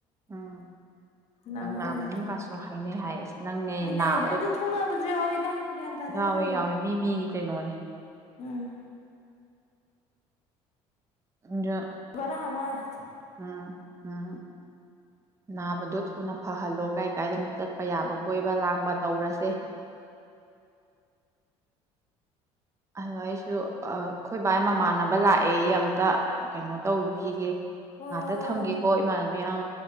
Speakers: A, on the right (about 25°); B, on the left (about 60°).
A: ꯎꯝ
B: ꯂꯥꯡꯒꯣꯜ
A: ꯀꯪꯂꯥ ꯃꯅꯨꯡꯒꯁꯨ ꯍꯥꯏꯅꯩ ꯍꯥꯏ ꯑꯁ ꯅꯪꯅꯦ
B: ꯍꯥꯏꯅꯩꯗ
A: ꯅꯥꯕꯗꯣ
B: ꯑꯗꯨ ꯊꯨꯡꯅꯕꯁꯨ ꯌꯥꯎꯋꯤꯗ ꯒ꯭ꯌꯥꯟ ꯇꯥꯗꯦꯗ
A: ꯌꯥꯎꯋꯦ
B: ꯇꯧꯔꯤꯁꯦ
A: ꯌꯥꯎꯋꯦ ꯃꯤ ꯃꯤꯒꯤ ꯀꯩꯅꯣꯅꯤ
B: ꯎꯝ
A: ꯖ
B: ꯕꯣꯔꯥ ꯑꯃꯥ
A: ꯎꯝ ꯎꯝ ꯅꯥꯕꯗꯣ ꯊꯨꯅ ꯐꯍꯜꯂꯣ ꯀꯥꯏ ꯀꯥꯏꯗꯅꯣ ꯆꯠꯄ ꯌꯥꯕ ꯀꯣꯏꯕ ꯂꯥꯡꯕ ꯇꯧꯔꯁꯦ ꯑꯗꯣ ꯑꯩꯁꯨ ꯑꯩꯈꯣꯏ ꯕꯥꯏ ꯃꯃꯥꯟꯅꯕ ꯂꯥꯛꯑꯦ ꯌꯦ ꯑꯩ ꯑꯝꯇ ꯀꯩꯅꯣ ꯇꯧꯔꯨꯈꯤꯒꯦ
B: ꯍꯣꯏ
A: ꯉꯍꯥꯛꯇ
B: ꯍꯣꯏ
A: ꯊꯝꯒꯦꯀꯣ
B: ꯍꯣꯏ
A: ꯏꯃꯥꯟꯅꯕꯤ ꯑ